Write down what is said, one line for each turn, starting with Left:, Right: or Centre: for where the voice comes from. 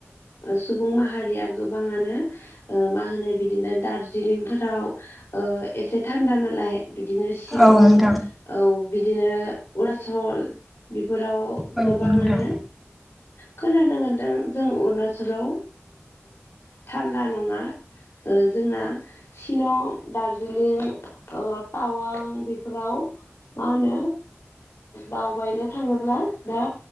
Left: सुबुं माहारिया गोबाङानो ओ मा होनो बिदिनो दार्जिलिंफोराव एसे थान्दा नालाय बिदिनो शिलं
Centre: औ नोंथां
Left: औ बिदिनो अरुनाचल बेफोराव।
Centre: औ नोंथां
Left: गोबाङानो खोनानो मोनदों जों अरुणाचलाव थान्दा नङा ओ जोंना शिलं दार्जिलिं टावां ओ बेफोराव मा होनो दावबायनो थाङोब्ला दा।